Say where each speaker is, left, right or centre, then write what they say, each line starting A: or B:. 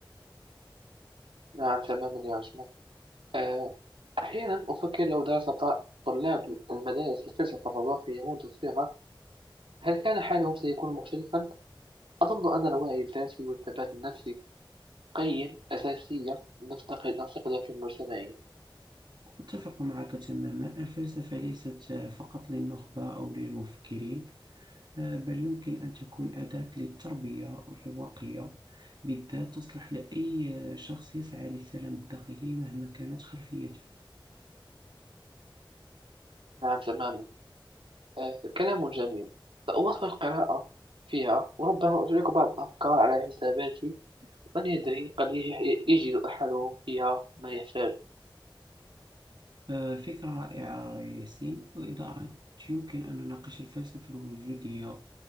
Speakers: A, on the right (about 80°); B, on the right (about 55°).
A: نعم تماما يا عثمان آه، أحيانا أفكر لو درس ط- طلاب المدارس الفلسفة الرواقية منذ الصغر هل كان حالهم سيكون مختلفا؟ أظن أن الوعي الذاتي والثبات النفسي قيم أساسية نفتقد- نفتقدها في مجتمعنا
B: أتفق معك تماما الفلسفة ليست فقط للنخبة أو للمفكرين آه، بل يمكن أن تكون أداة للتربية الرواقية بالذات تصلح لأي آه، شخص يسعى للسلام الداخلي مهما كانت خلفيته
A: نعم تماما آه، كلام جميل سأواصل القراءة فيها وربما أشارك بعض الأفكار على حساباتي من يدري قد ي- يجد أحدهم فيها ما يحتاج
B: آه، فكرة رائعة ياسين وإذا أردت يمكن أن نناقش الفلسفة الوجودية